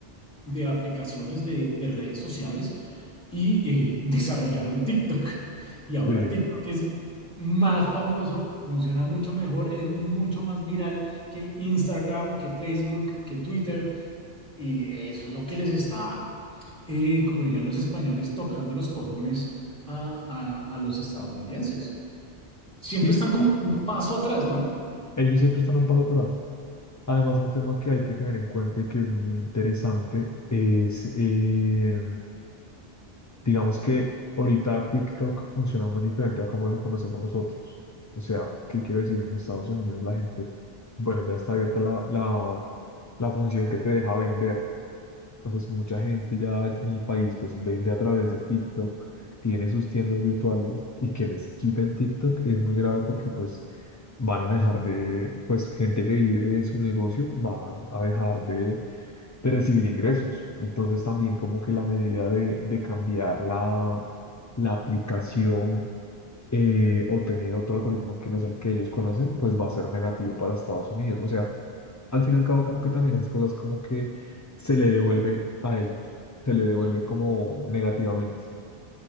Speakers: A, in the centre; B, on the left (about 25°).
A: de aplicaciones de, de redes sociales y eh, desarrollaron TikTok. Y ahora
B: sí.
A: TikTok es más famoso, funciona mucho mejor, es mucho más viral que Instagram, que Facebook, que Twitter. Y eso es lo que les está, eh, como dirían los españoles, tocando los cojones a, a a los estadounidenses. Siempre
B: Sí,
A: están como un paso atrás, ¿no?
B: ellos siempre están un poco atrás. Además, un tema que hay que tener en cuenta y que es muy interesante es, eh, digamos que ahorita TikTok funciona muy diferente a como lo conocemos nosotros. O sea, ¿qué quiero decir? En Estados Unidos la gente, bueno, ya está abierta la, la, la función que te deja vender. Entonces, mucha gente ya en el país pues vende a través de TikTok, tiene sus tiendas virtuales y que les quiten TikTok es muy grave porque pues van a dejar de, pues gente que vive de su negocio va a dejar de, de recibir ingresos. Entonces, también como que la medida de, de cambiar la, la aplicación eh, o tener otro algoritmo que no es el que ellos conocen, pues va a ser negativo para Estados Unidos. O sea, al fin y al cabo como que también esas cosas como que se le devuelve a ellos, se le devuelve como negativamente.